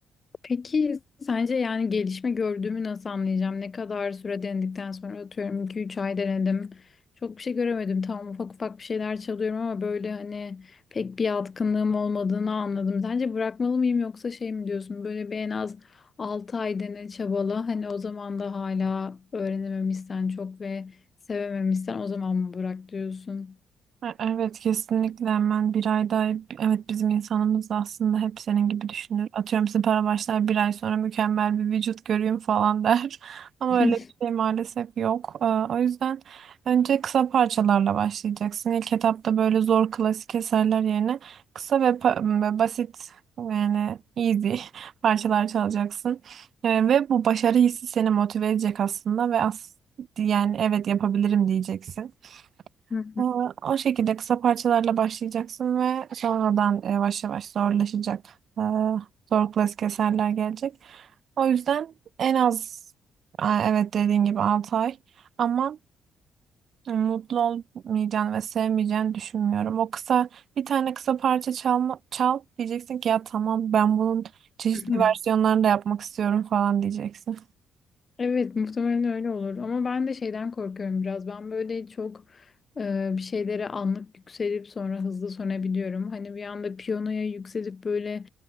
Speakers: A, on the left; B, on the right.
A: Peki sence yani gelişme gördüğümü nasıl anlayacağım? Ne kadar süre denedikten sonra atıyorum iki üç ay denedim. Çok bir şey göremedim. Tamam ufak ufak bir şeyler çalıyorum ama böyle hani pek bir yatkınlığım olmadığını anladım. Sence bırakmalı mıyım yoksa şey mi diyorsun? Böyle bir en az 6 ay dene çabala. Hani o zaman da hala öğrenememişsen çok ve sevememişsen o zaman mı bırak diyorsun?
B: E- Evet kesinlikle hemen bir ay daha evet bizim insanımız da aslında hep senin gibi düşünür. Atıyorum spora başlar bir ay sonra mükemmel bir vücut göreyim falan der. <laughs> Ama
A: <laughs>
B: öyle bir şey maalesef yok. Ee, O yüzden önce kısa parçalarla başlayacaksın. İlk etapta böyle zor klasik eserler yerine kısa ve pa- ve basit yani easy <laughs> parçalar çalacaksın. Ee, Ve bu başarı hissi seni motive edecek aslında ve as yani evet yapabilirim diyeceksin.
A: Hı
B: Ee, O şekilde kısa parçalarla başlayacaksın ve sonradan e, yavaş yavaş zorlaşacak. Ee, Zor klasik eserler gelecek. O yüzden en az Aa, evet dediğin gibi 6 ay ama mutlu olmayacağını ve sevmeyeceğini düşünmüyorum. O kısa bir tane kısa parça çalma, çal diyeceksin ki ya tamam ben bunun çeşitli
A: hı.
B: versiyonlarını da yapmak istiyorum falan diyeceksin.
A: Evet muhtemelen öyle olur ama ben de şeyden korkuyorum biraz ben böyle çok e, bir şeylere anlık yükselip sonra hızlı sönebiliyorum hani bir anda piyanoya yükselip böyle